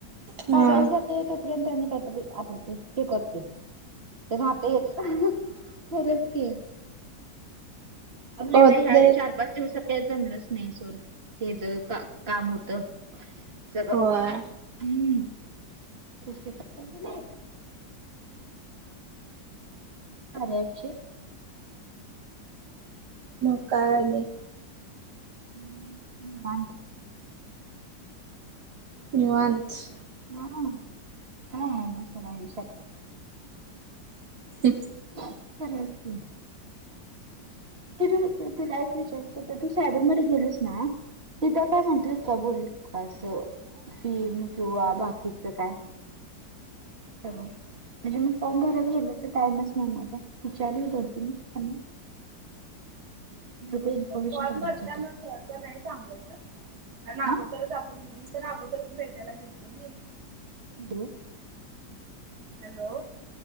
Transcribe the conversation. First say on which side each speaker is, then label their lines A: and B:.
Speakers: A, on the right; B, on the right.
A: हा
B: साडेल ज ते य काहीतरी आठवते ते करते आता. खरंच के. म्
A: होत
B: आता ह
A: नाही
B: चार. पाच दिवसा प जमलंच नाही सोल तेच का काम होत. जग
A: होय
B: हम्म क आहे. अरे अक्ष.
A: मग काय नाही.
B: ् वा.
A: नि्यवांस.
B: हा हा सर आहेड सर.
A: एक.
B: <unintelligible> कि तू तुला एक विचारयच तर तू साहेबरमध्येध्ये गेलस ना. तिथ काय म्हटलेत का बोल का असं. फिर किववा बाकी शकाय. म्हणजे मग फॉर्म भरायला गेल तर टाइमच नाही मला विचारू दोन तीन. <unintelligible>
A: फॉर्म
B: काढायची
A: भरता
B: होती
A: न सर. नाही सांगायच
B: हा
A: अगोदरच जातून घे तर अगोदरच भेटायला भेलतो ना.
B: अ.
A: हॅलो!